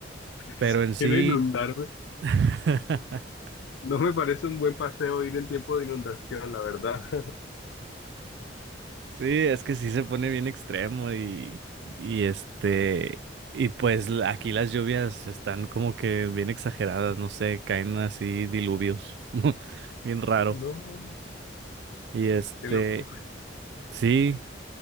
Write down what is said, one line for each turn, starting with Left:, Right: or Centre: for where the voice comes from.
Left: <laughs>
Right: Pero en sí,
Left: Quiero inundarme,
Right: <laughs>
Left: no me parece un buen paseo ir en tiempo de inundación, la verdad. <laughs>
Right: sí, es que sí se pone bien extremo y, y este, y pues la- aquí las lluvias están como que bien exageradas, no sé, caen así diluvios, <laughs> bien raro.
Left: No,
Right: Y este,
Left: qué loco.
Right: sí.